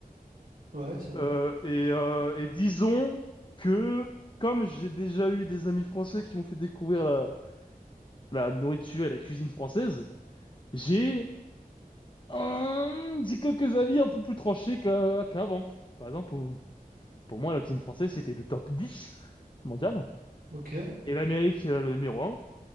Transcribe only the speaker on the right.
Ouais, c'est vrai.
Ok,